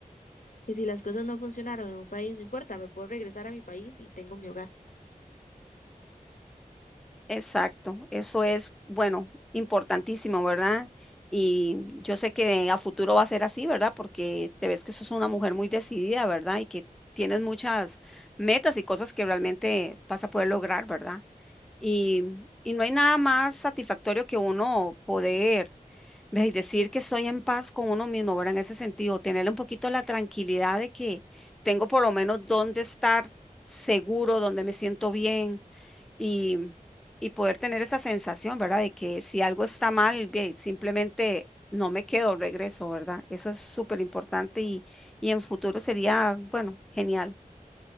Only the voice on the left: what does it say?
Que si las cosas no funcionaron en un país, no importa, me puedo regresar a mi país y tengo mi hogar.